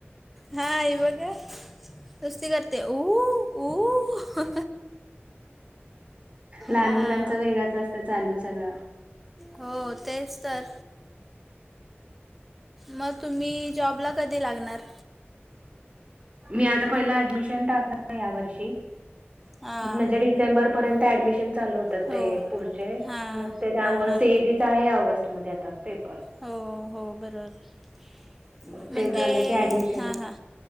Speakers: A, in the centre; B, on the right.
A: हा ही बघा नुसती करते ऊहु ऊहु
B: लहान
A: हां
B: मुलांच वेगळाच असत चालू सगळं
A: हो तेच तर म तुम्ही जॉबला कधी लागणार?
B: मी आता पहिलं ऍडमिशन टाकणार या वर्षीे
A: हां
B: म्हणजे डी सेंबर पर्यंत ऍडमिन चाल होत तते
A: हो
B: पुढचे
A: हां
B: म ते त्यामुळे
A: हां हां
B: सीईटीचा आहे ऑगस्ट मध्ये आता पेपर.
A: हो हो बरोबर
B: मग ते
A: म्हणजे
B: झालं की ऍडमिशन
A: हां हां